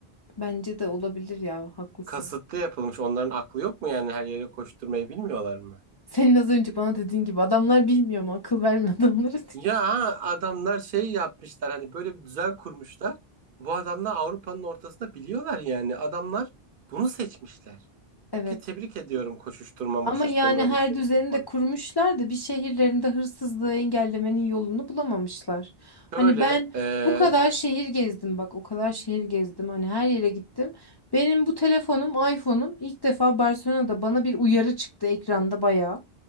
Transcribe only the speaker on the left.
Bence de olabilir ya. Haklısın.
Senin az önce bana dediğin gibi adamlar bilmiyor mu? Akıl verme adamları.
<laughs>
Evet.
Ama
yani
her
düzeni
de kurmuşlar da bir şehirlerinde hırsızlığı engellemenin yolunu bulamamışlar. Hani
ben
bu kadar şehir gezdim bak o kadar şehir gezdim hani her yere gittim. Benim bu telefonum iPhone'um ilk defa Barcelona'da bana bir uyarı çıktı ekranda bayağı.